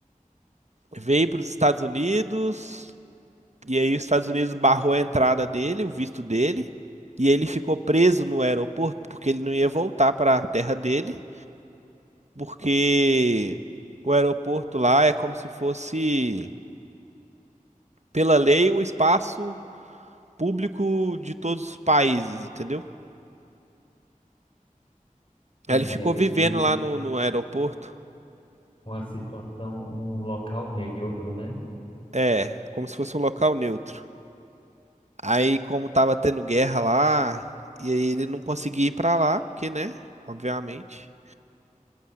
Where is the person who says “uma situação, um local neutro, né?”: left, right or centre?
Left